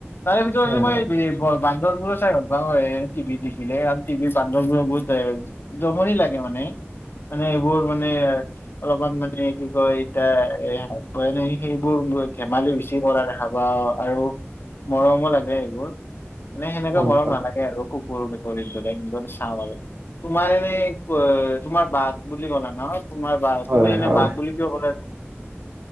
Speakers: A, on the left; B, on the right.
A: তাৰে ভিতৰতো
B: হয়,
A: মই- বান্দৰবোৰো চাই ভাল পাওঁ এ টিভিত দেখিলে। কাৰণ টিভি বান্দবোৰো বহুত- জমনি লাগে মানে, মানে সেইবোৰ মানে- অলপমান মানে কি কয়! এতিয়া- এ এনে সেইবোৰ ধেমালি বেচি কৰা দেখা পাওঁ আৰু- মৰমো লাগে এইবোৰ মানে সেনেকুৱা
B: হয়, হয়,
A: নালাগে আৰু কুকুৰ, মেকুৰীৰ দৰে। কিন্তু- চাওঁ বাৰু। তোমাৰ এনেই, তোমাৰ বাঘ বুলি ক'লা নহয়? তোমাৰ বাঘ,
B: হয়,
A: তুমি এনে
B: হয়।
A: বাঘ বুলি কিয় ক'লে?